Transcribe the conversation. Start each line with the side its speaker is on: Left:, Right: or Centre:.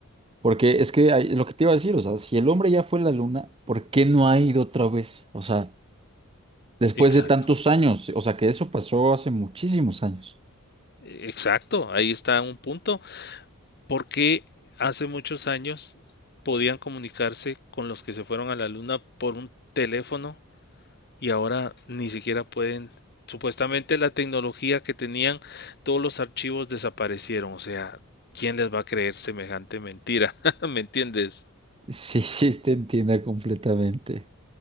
Right: Porque es que hay- lo que te iba a decir, o sea, si el hombre ya fue a la luna, ¿por qué no ha ido otra vez? O sea, después
Left: Exacto.
Right: de tantos años, o sea, que eso pasó hace muchísimos años. <laughs>
Left: Exacto, ahí está un punto. Porque hace muchos años podían comunicarse con los que se fueron a la luna por un teléfono y ahora ni siquiera pueden. Supuestamente la tecnología que tenían, todos los archivos desaparecieron. O sea, ¿quién les va a creer semejante mentira? <laughs> ¿Me entiendes?
Right: Sí, sí, te entiendo completamente.